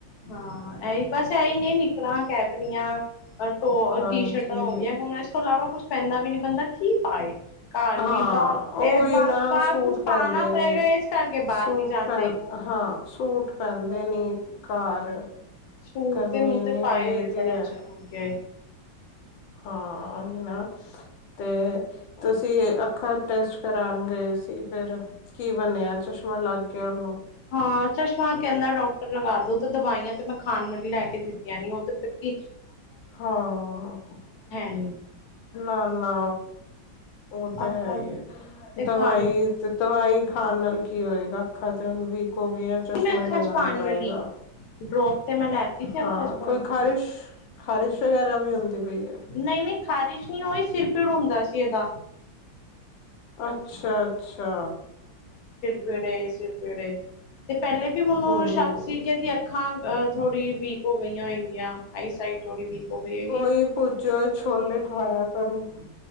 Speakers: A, on the left; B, on the left.
A: ਹਾਂ, ਇਹੀ ਬਸ, ਇਹੀ ਨੇ ਨਿੱਕਰਾਂ, ਕੈਪਰੀਆਂ। ਐ ਟੋ
B: ਹਾਂਜੀ
A: ਟੀ - ਸ਼ਰਟਾਂ ਹੋ ਗਈਆਂ ਹੁਣ, ਇਸ ਤੋਂ ਇਲਾਵਾ ਕੁਛ ਪੈਂਦਾ ਵੀ ਨੀ, ਬੰਦਾ ਕੀ ਪਾਵੇ? ਘਰ
B: ਹਾਂ
A: ਵੀ, ਬਾਹਰ
B: ਉਹੀ
A: ਇਹ ਬਾਹਰ,
B: ਨਾ
A: ਬਾਹਰ
B: ਸੂਟ
A: ਕੁਛ ਪਾਣਾ
B: ਪੈਂਦੇ
A: ਪਏਗਾ
B: ਨੀ
A: ਇਸ ਕਰਕੇ ਬਾਹਰ
B: ਸੂਟ
A: ਨੀ ਜਾਂਦੇ।
B: ਪੈਂ ਹਾਂ ਸੂਟ ਪੈਂਦੇ ਨੀ ਘਰ
A: ਸੂਰ
B: ਗਰਮੀ
A: ਦੇ ਮੁ
B: ਇੰਨੀ
A: ਤੇ ਪਾਏ
B: ਹੋਈ
A: ਹੋਏ
B: ਦੀ
A: ਬੜਾ
B: ਹੈ
A: ਚਿਰ ਹੋ ਗਿਆ ਏ
B: ਹਾਂ ਹੀ ਨਾ ਤੇ ਤੁਸੀਂ ਅੱਖਾਂ ਟੈਸਟ ਕਰਉਣ ਗਏ ਸੀ ਫਿਰ ਕੀ ਬਣਿਆ ਚਸ਼ਮਾ ਲੱਗ ਗਿਆ ਉਹਨੂੰ
A: ਹਾਂ ਚਸ਼ਮਾ ਕੇ ਅੰਦਰ ਡਾਕਟਰ ਲਗਾ ਦੋ ਦਵਾਈਆਂ ਤੇ ਮੈਂ ਖਾਣ ਵਾਲੀ ਲੈ ਕੇ ਦਿੱਤੀਆਂ ਨੀ ਉਹ ਬੱਕੀ
B: ਹਾਂ
A: ਨੀ
B: ਨਾ ਨਾ ਉਹ ਤੇ
A: ਅੱਖਾਂ
B: ਹੈ ਹੀ
A: ਦਾ
B: ਹੈ
A: ਤੇ
B: ਦਵਾਈ
A: ਖਾਣ ਵਾਲੀ
B: ਤੇ ਦਵਾਈ ਖਾਣ ਨਾਲ ਕੀ ਹੋਏਗਾ ਅੱਖਾਂ ਤੇ ਹੁਣ ਵੀ ਕੋ ਵੀਆਂ ਚਸ਼ਮਾ
A: ਮੈਂ ਅੱਖਾਂ
B: ਲਗਾਨਾ
A: ਚ ਪਾਣ
B: ਪਏਗਾ
A: ਵਾਲੀ ਡਰੋਪ ਤੇ ਮੈਂ ਲੈਤੀ ਸੀ ਅੱਖਾਂ
B: ਹਾਂ
A: ਚ ਪਾਣ
B: ਕੋਈ ਖ਼ਾਰਿਸ਼
A: ਵਾਲੀ
B: ਖ਼ਾਰਿਸ਼ ਵਗੈਰਾ ਵੀ ਹੁੰਦੀ ਪਈ ਹੈ
A: ਨਹੀਂ ਨਹੀਂ ਖ਼ਾਰਿਸ਼ ਨਹੀਂ ਹੋਈ ਫਿਰ ਭੀੜ ਹੁੰਦਾ ਸੀ ਇਹਦਾ
B: ਅੱਛਾ ਅੱਛਾ
A: ਪੜੇ ਸਿਰ ਪੀੜੇ ਤੇ ਪਹਿਲੇ ਵੀ ਮੈਨੂੰ
B: ਹਮ
A: ਸ਼ੱਕ ਸੀ ਕਿ ਇਹਦੀ ਅੱਖਾਂ ਅਹ ਥੋੜ੍ਹੀ ਵੀਕ ਹੋ ਗਈਆਂ ਹੋਏਗੀਆਂ ਜਾਂ ਆਈ ਸਾਈਟ ਥੋੜੀ ਵੀਕ ਹੋ ਗਈ ਹੈਗੀ
B: ਉਹੀ ਛੋਲੇ ਖੁਵਾਇਆ ਕਰ <unintelligible>